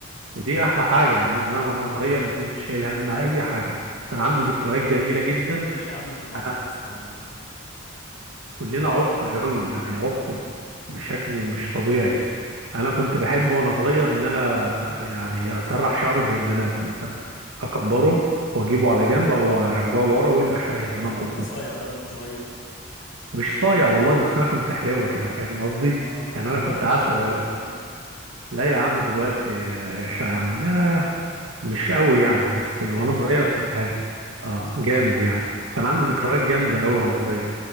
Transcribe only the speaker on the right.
ودي احلى حاجه يعني انا وانا صغير ما كنتش شايل هم اي حاجه فانا عندي ذكريات جميله جدا
انا
كلنا عبط قوي يعني
عبط بشكل مش طبيعي انا كنت بحب وانا صغير ان انا يعني اسرح شعري زي البنات مثلا اكبره واجيبه على جنب او ارجعه لورا ويبقى شبه البنات
بالظبط
مش صايع والله بس انا كنت حلوه كده فاهم قصدي
يعني
انا كنت
عسل
قوي
لا يا عم دلوقتي آه، شا- يعني ما- مش قوي يعني بس
وانا صغير
كنت
عالي اه جامد يعني
فانا عندي ذكريات جامده قوي وانا صغير